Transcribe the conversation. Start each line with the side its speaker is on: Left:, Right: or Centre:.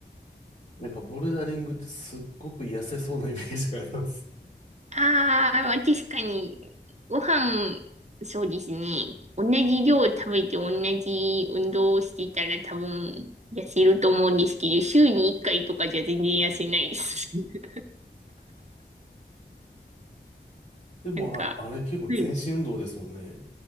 Left: なんかボルダリングってすっごく痩せそうなイメージがあります。
Right: ああ、まあ確かに、ご飯、そうですね。同じ量食べて同じ運動をしてたら多分痩せると思うんですけど、週に1回とかじゃ全然痩せないです。<laughs>
Left: <laughs> でも、
Right: なんか、
Left: あ、あれ結構全身運動ですもんね。
Right: はい